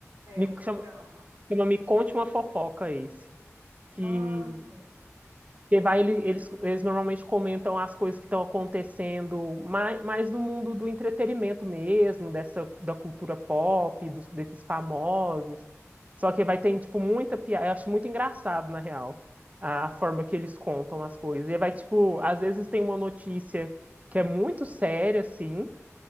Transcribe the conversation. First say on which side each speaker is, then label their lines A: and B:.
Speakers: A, on the right; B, on the right.
A: Me,
B: É, o programa.
A: chama, chama Me Conte uma Fofoca esse. Que
B: Ah, sim.
A: porque vai, ele- eles, eles normalmente comentam as coisas que estão acontecendo mais, mais no mundo do entretenimento mesmo, dessa da cultura pop, dos, desses famosos. Só que vai ter, tipo, muita piada. Eu acho muito engraçado, na real, a forma que eles contam as coisas. E vai, tipo, às vezes tem uma notícia que é muito séria, assim,